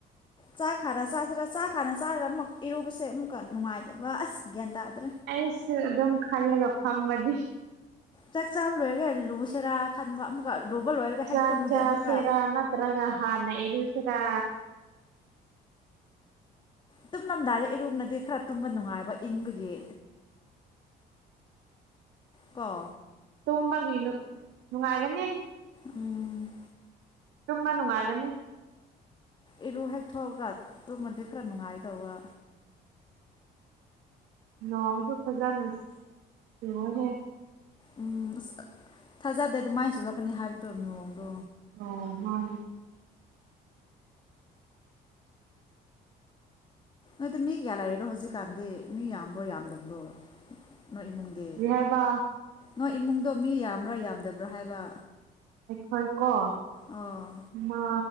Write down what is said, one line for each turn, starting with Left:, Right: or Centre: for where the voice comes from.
Left: ꯆꯥꯛ ꯈ ꯆꯁꯤꯔ ꯆꯥꯛ ꯈꯥꯅ ꯆꯥꯔꯒ ꯑꯃꯨꯛ ꯏꯔꯨꯕꯁꯦ ꯑꯃꯨꯛꯀ ꯅꯨꯡꯉꯥꯏꯇꯕ ꯑꯁ ꯒ꯭ꯌꯥꯟ ꯇꯥꯔ
Right: ꯑꯩꯁꯨ ꯑꯗꯨꯝ ꯈꯜꯂꯒ ꯐꯝꯕꯗꯤ
Left: ꯆꯥꯛ ꯆꯥꯕ ꯂꯣꯏꯔꯒ ꯂꯨꯁꯦꯔꯥ ꯈꯟꯕ ꯑꯃꯨꯛꯀ ꯂꯨꯕ ꯂꯣꯏꯔꯒ
Right: ꯆꯥꯛ
Left: ꯍꯦꯛ ꯇꯨꯝꯃꯗꯤ
Right: ꯆꯥꯁꯦꯔ
Left: ꯑꯃꯨꯛꯀ
Right: ꯅꯠꯇ꯭ꯔꯒ ꯍꯥꯥꯟꯅ ꯌꯦꯁꯔꯥ
Left: ꯇꯨꯝꯂꯝꯗꯥꯏꯗ ꯏꯔꯨꯝꯅꯗꯤ ꯈꯔ ꯇꯨꯝꯕ ꯅꯨꯡꯉꯥꯏꯕ ꯏꯪꯕꯒꯤ ꯀꯥ
Right: ꯇꯨꯝꯕꯒꯤ ꯅꯨꯡꯉꯥꯏꯒꯅꯤ
Left: ꯎꯝ
Right: ꯇꯨꯝꯕ ꯅꯨꯡꯉꯥꯏꯒꯅꯤ
Left: ꯏꯔꯨ ꯍꯦꯛ ꯊꯣꯛꯑꯒ ꯇꯨꯝꯃꯗꯤ ꯈꯔ ꯅꯨꯡꯉꯥꯏꯗꯧꯕ
Right: ꯂꯣꯡꯣꯡꯁꯨ ꯐꯖꯅ ꯁꯍꯦ
Left: ꯎꯝ ꯑꯁ ꯊꯥꯖꯗꯦ ꯑꯗꯨ ꯃꯥꯏꯅ ꯆꯨꯔꯛꯀꯅꯤ ꯍꯥꯏꯕꯗꯣ ꯃꯑꯣꯡꯗꯣ
Right: ꯑꯣ ꯍ
Left: ꯑꯗꯨ ꯃꯤ ꯀꯌꯥ ꯂꯥꯛꯏꯔꯣ ꯍꯧꯖꯤꯛꯀꯥꯟꯗꯤ ꯃꯤ ꯌꯥꯝꯕ꯭ꯔꯣ ꯌꯥꯝꯗꯕ꯭ꯔꯣ ꯅꯣꯏ ꯏꯃꯨꯡꯗꯤ
Right: ꯍꯦꯕ
Left: ꯅꯣꯏ ꯏꯃꯨꯡꯗꯣ ꯃꯤ ꯌꯥꯝꯕ꯭ꯔꯥ ꯌꯥꯝꯗꯕ꯭ꯔꯥ ꯍꯥꯏꯕ
Right: ꯍꯣꯏ ꯀꯣ
Left: ꯑꯣ
Right: ꯃꯥ